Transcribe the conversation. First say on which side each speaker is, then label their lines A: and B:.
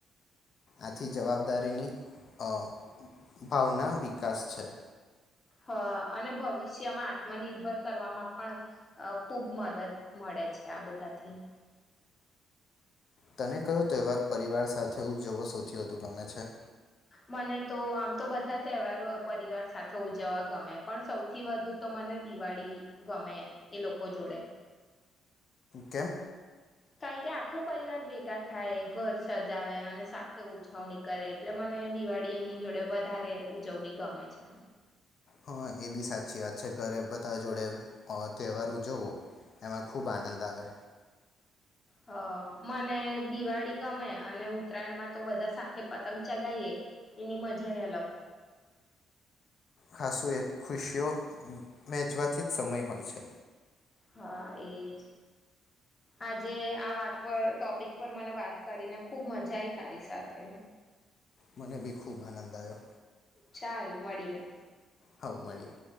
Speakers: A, on the left; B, on the left.
A: આથી જવાબદારીની અ ભાવના વિકાસ છે
B: હ અને ભવિષ્યમાં આત્મનિર્ભર કરવામાં પણ ખૂબ મદદ મળે છે આ બધાથી
A: તને કહ્યો તહેવાર પરિવાર સાથે ઉજજવો સૌથી વધુ ગમે છે
B: મને તો આમ તો બધા તહેવારો પરિવાર સાથે ઉજવવા ગમે પણ સૌથી વધુ તો મને દિવાળી ગમે એ લોકો જોડે
A: કેેમ
B: કારણ કે આખુ પરિવાર ભેગા થાય ઘર સજાવે અને સાથે ઉજવણી કરે એટલે મને દિવાળી એમની જોડે વધારે ઉજવવી ગમે છે
A: હા એ બી સાચી વાત છે ઘરે બધા જોડે અ તહેવારો ઉજવો એમાં ખૂબ આનંદ આવે
B: હ મને દિવાળી ગમે અને ઉત્તરાયણમાં તો બધા સાથે પતંગ ચગાઈએ એની મજા એ અલગ હોય
A: ખાસું એક ખુશીઓ વહેચવાથી જ સમય હોય છે
B: હા એજ આજે આ વાત પર ટોપિક પર મને વાત કરીને ખુબ મજા આઈ તારી સાથે
A: મને બી ખૂબ આનંદ આવયો
B: ચાલ મળીએે
A: હા મળ્યે